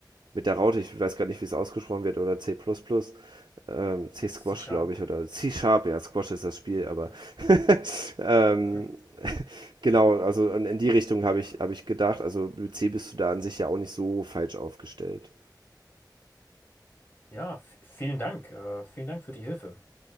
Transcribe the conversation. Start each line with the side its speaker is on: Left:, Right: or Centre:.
Right: mit der Raute, ich weiß gar nicht, wie es ausgesprochen wird, oder C++, plus plus. ähm, C-Squash,
Left: C-Sharp.
Right: glaube ich, oder C-Sharp, ja, Squash ist das Spiel, aber
Left: Ja,
Right: <laughs> ähm,
Left: <laughs>
Right: genau, also in, in die Richtung habe ich, hab ich gedacht. Also mit C bist du da an sich ja auch nicht so falsch aufgestellt.
Left: ja v- vielen Dank. Äh, vielen Dank für die Hilfe.